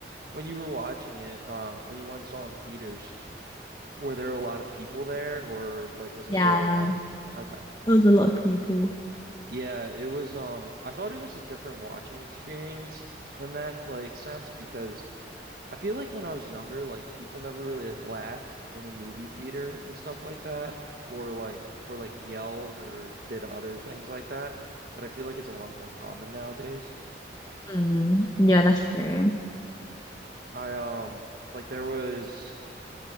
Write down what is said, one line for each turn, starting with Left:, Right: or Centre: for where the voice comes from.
Right: When you were watching it, uh, when you went and saw it in theaters, were there a lot of people there or like was it
Left: Yeah,
Right: later on?
Left: it
Right: Okay.
Left: was a lot of people.
Right: Yeah, it was um I thought it was a different watching experience in that like sense because I feel like when I was younger, like people never really like laughed in a movie theater and stuff like that or like or like yelled or did other things like that, but I feel like it's a lot more common nowadays.
Left: Mm, yeah, that's true.
Right: I um like there was oh,